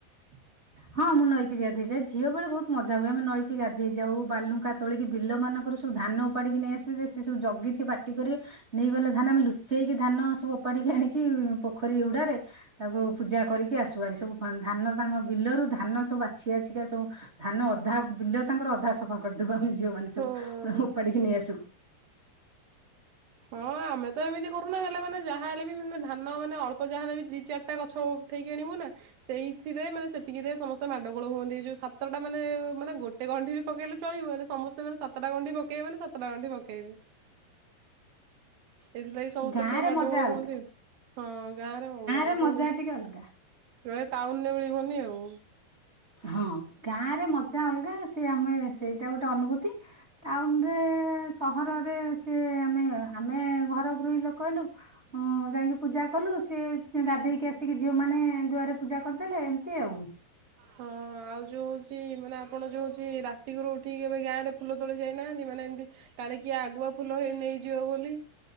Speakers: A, on the right; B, on the right.
A: ହଁ
B: ହଁ ମୁଁ ନଈକି ଗାଧେଇ ଯାଏ ଝିଅ ବେ ବହୁତ ମଜା ହୁଏ ଆମେଈକି ଗାଧୋଇ ଯାଉ ବାଲୁକା ତୋଳିକି ବିଲ ମାନଙ୍କ ସବୁ ଧାନ ଉପାଡିକି ନେଇଆସିବୁ ଯେ ସେ ସବୁ ଜଗିିକି ପାଟି କରି ନେଇଗଲେ ଧାନ ଆମେ ଲୁଚେଇକି ଧାନ ସବୁ ଓପାଡିକି ଆଣିକି ପୋଖରୀ ହୁଡ଼ାରେ ତାକୁ ପୂଜା କରିକି ଆସୁ ଭାରି ସବୁ ଧାନ ତାଙ୍କ ବିଲରୁ ଧାନ ସବୁ ଆଛିଆଛିିକା ସବୁ ଧାନ ଅଧା ବିଲ ତାଙ୍କର ଅଧା ସଫା କରିଦବୁ ଆମେ ଝିଅମାନେ
A: ହଁ।
B: ସବୁ ଓପାଡ଼ିକି ନେଇ ଆସୁ।
A: ହଁ ଆମେ ତ ଏମିତି କରୁନା ହେଲେ ମାନେ ଯାହାହଲେ ବି ମାନେ ଧାନ ମାନେ ଅଳ୍ପ ଯାହା ହେଲେ ବି ଦି ଚାରିଟା ଗଛ ଉଠେଇକି ଆଣିବୁ ନା ସେଇଥିରେ ମାନେ ସେତିକିରେ ସମସ୍ତେ ମାଡଗୋଳ ହୁଅନ୍ତି ଯୋଉ ସାତଟା ମାନେ ମାନେ ଗୋଟେ ଟେ ଗଣ୍ଢି ପକେଇଲେ ଚଳିବ ହେଲେ ସମେ ମେ ସାତଟା ଗଣ୍ଠି ପକାଇବେ ନା ସାତଟା ଗଣ୍ଠି ପକାଇବେ। ଏଥିଲାଗି ସମସ୍ତେ
B: ଗାଁ
A: ଟିକେ
B: ରେ
A: ମାଡ
B: ମଜା
A: ଗୋଳ
B: ଅଲଗା
A: ହୁଅନ୍ତି ଆଉ। ହଁ ଗାଁରେ କଣ ଗାଁ
B: ରେ
A: ଯୋଡେ
B: ମଜା ଟିକେ ଅଲଗା।
A: ଯୋଡେ ଟାଉନରେ ମିଳିବନି ଆଉ।
B: ହଁ ଗାଁ ରେ ମଜା ଅଲଗା ସେ ଆମେ ସେଇଟା ଗୋଟେ ଅନୁଭୂତି। ଟାଉନ ରେ ସହରରେ ସେ ଆମେ ଆମେ ଘର ଗୃହି ଲୋକ କହିଲୁ? ଯାଇକି ପୂଜା କଲୁ ସିଏ ଗାଧେଇକି ଆସିକି ଝିଅ ମାନେ ଦୁଆରେ ପୂଜା କରିଦେଲେ ଏମିତି ଆଉ।
A: ହଁ ଆଉ ଯୋଉ ହଉଛି ମାନେ ଆପଣ ଯୋଉ ହଉଛି ରାତି ଘରୁ ଉଠିକି ଏବେ ଗାଁ ରେ ଫୁଲ ତୋଳି ଯାଇନାହାନ୍ତି ମାନେ ଏମିତି କାଲି କିଏ ଆଗୁଆ ଫୁଲ ହେଇ ନେଇଯିବ ବୋଲି।